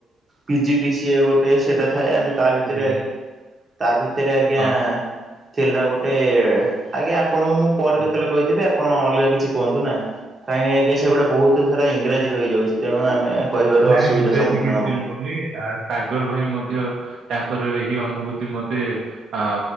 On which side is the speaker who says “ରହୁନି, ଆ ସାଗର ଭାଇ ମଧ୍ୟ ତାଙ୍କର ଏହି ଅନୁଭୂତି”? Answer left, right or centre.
Right